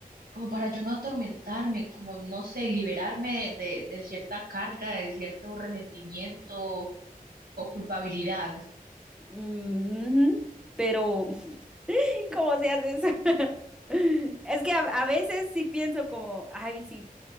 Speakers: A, on the right; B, in the centre.
A: como para yo no atormentarme, como no sé, liberarme de, de cierta carga, de cierto resentimiento o culpabilidad.
B: Mm, ujú. Pero <laughs> ¿Cómo se hace eso? <laughs> Es que a, a veces sí pienso como, ay, sí,